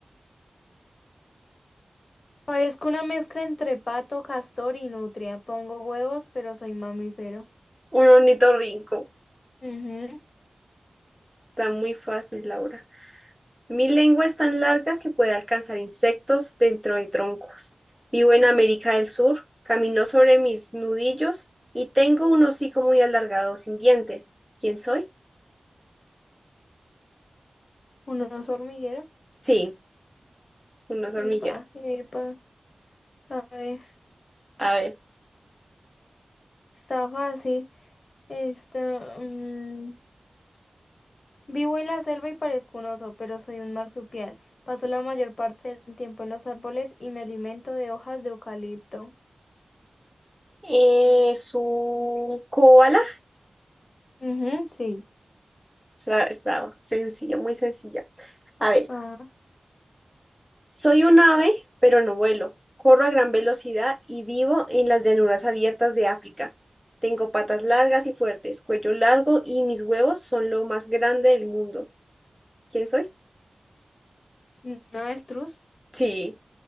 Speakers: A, on the left (about 65°); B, in the centre.
A: Parezco una mezcla entre pato, castor y nutria. Pongo huevos, pero soy mamífero.
B: Un ornitorrinco.
A: Ujú.
B: Está muy fácil, Laura. Mi lengua es tan larga que puede alcanzar insectos dentro de troncos. Vivo en América del Sur, camino sobre mis nudillos y tengo un hocico muy alargado sin dientes. ¿Quién soy?
A: Un oso hormiguero.
B: Sí, Un oso
A: Epa,
B: hormiguero.
A: epa. A ver,
B: A ver.
A: está fácil. Este, mm, vivo en la selva y parezco un oso, pero soy un marsupial. Paso la mayor parte del tiempo en los árboles y me alimento de hojas de eucalipto.
B: eh, es un koala.
A: Ujú, sí.
B: Está, está sencilla, muy sencilla. A ver.
A: Ah,
B: Soy un ave, pero no vuelo. Corro a gran velocidad y vivo en las llanuras abiertas de África. Tengo patas largas y fuertes, cuello largo y mis huevos son lo más grande del mundo. ¿Quién soy?
A: un avestruz.
B: Sí,